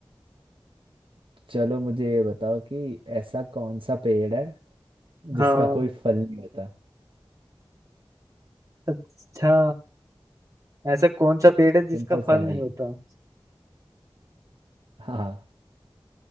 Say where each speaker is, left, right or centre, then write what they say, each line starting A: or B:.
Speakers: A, on the right (about 65°); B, on the right (about 35°).
A: <laughs> चलो मुझे ये बताओ कि ऐसा कौन सा पेड़ है जिसका
B: हाँ
A: कोई फल नहीं होता
B: अच्छा ऐसा कौन सा पेड़ है जिसका
A: सिंपल सा
B: फल
A: है
B: नहीं
A: भाई ये।
B: होता
A: हाँ